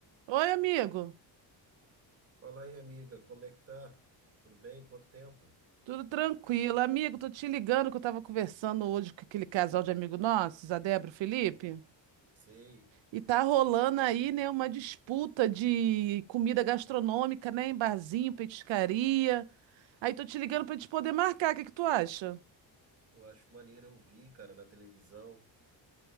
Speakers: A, on the right (about 80°); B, on the right (about 30°).
A: Oi, amigo.
B: Fala aí, amiga, como é que tá? Tudo bem? Quanto tempo?
A: Tudo tranquilo? Amigo, tô te ligando que eu tava conversando hoje com aquele casal de amigo nossos, a Débora e o Felipe,
B: Sei.
A: e tá rolando aí, né, uma disputa de comida gastronômica, né, em barzinho, petiscaria. Aí tô te ligando pra gente poder marcar, o que que tu acha?
B: Eu acho maneiro, eu vi, cara, na televisão.